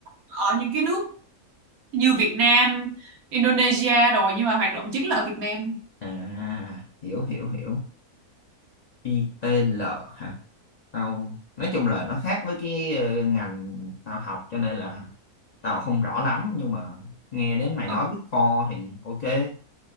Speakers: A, on the right; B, on the left.
A: ở những cái nước như Việt Nam Indonesia rồi nhưng mà hoạt động chính là ở Việt Nam
B: à, hiểu hiểu hiểu. I ITL hả? Tao nói chung là nó khác với cái ờ, ngành tao học cho nên là tao không rõ lắm nhưng mà nghe đến mày
A: ừ.
B: nói Big Four thì ok